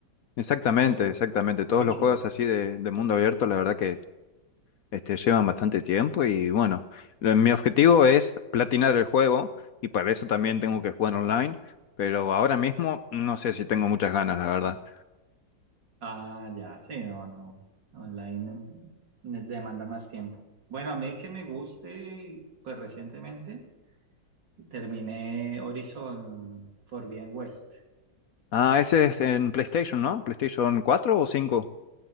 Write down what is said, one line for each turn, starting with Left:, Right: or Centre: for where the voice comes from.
Left: exactamente,
Right: pero es
Left: exactamente, todos
Right: mucho.
Left: los juegos así de, de mundo abierto, la verdad que Este, llevan bastante tiempo y bueno, lo- mi objetivo es platinar el juego y para eso también tengo que jugar online, pero ahora mismo no sé si tengo muchas ganas, la verdad.
Right: Ah, ya, sí, no, no. Online eh, demanda más tiempo. Bueno, a mí que me guste, pues recientemente terminé Horizon Forbidden West.
Left: Ah, ese es en PlayStation, ¿no? ¿PlayStation 4 o cinco.